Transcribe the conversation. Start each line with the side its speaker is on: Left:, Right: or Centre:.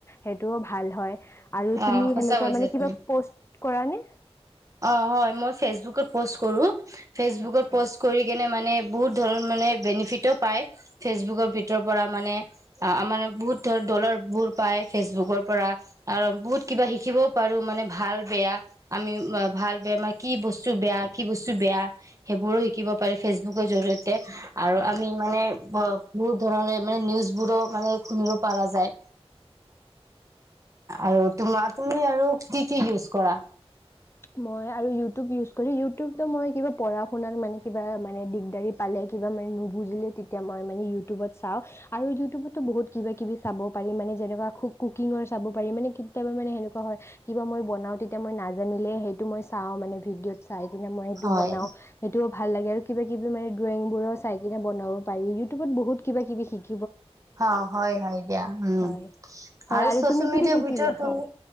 Left: সেইটো ভাল হয়, আৰু
Right: অ'
Left: তুমি
Right: সঁচা
Left: সেনেকুৱা
Right: কৈছা
Left: মানে কিবা
Right: তুমি।
Left: পষ্ট কৰা নে?
Right: অ', হয়, মই ফেচবুকত পষ্ট কৰো। ফেচবুকত
Left: আচ্ছা
Right: পষ্ট কৰি কেনে মানে বহুত ধৰণ মানে বেনিফিট পাই ফেচবুকৰ ভিতৰ পৰা মানে আমাৰ বহুত ধ দলাৰবোৰ পায় ফেচবুকৰ পৰা আৰু বহুত কিবা শিকিবও পাৰো মানে ভাল বেয়া আমি <unintelligible> ভাল বে মানে কি বস্তু বেয়া কি বস্তু বেয়া সেইবোৰো শিকিব পাৰে ফেচবুকৰ জৰিয়তে। আৰু আমি মানে বহুত ধৰণে মানে নিউজবোৰো মানে শুনিব পাৰা যায় আৰু তোমা তুমি আৰু কি কি ইউছ কৰা?
Left: মই আৰু ইউটিউব ইউজ কৰি, ইউটিউবতো মই কিবা পঢ়া শুনাত মানে কিবা মানে দিগদাৰি পালে কিবা মানে নুবুজিলে তেতিয়া মই মানে ইউটিউবত চাওঁ আৰু ইউটিউবতো বহুত কিবা কিবি চাব পাৰি মানে যেনেকুৱা কুকিঙৰ চাব পাৰি মানে কেতিয়াবা মানে সেনেকুৱা হয় কিবা মই বনাওঁ তেতিয়া মই নাজানিলে সেইটো মই চাওঁ মানে ভিডিঅ'ত চাই কিনে মই সেইটো
Right: হয়
Left: বনাওঁ সেইটো ভাল লাগে আৰু কিবা কিবি মানে ড্ৰয়িংবোৰো চাই কিনে বনাব পাৰি ইউটিউবত বহুত কিবা কিবি শিক
Right: অ', হয়, হয় দিয়া উম,
Left: হয় হয়
Right: আৰু চচিয়েল
Left: তুমি কি
Right: মিডিয়াৰ
Left: কি শিকিলা
Right: ভিতৰত তুমি
Left: হয়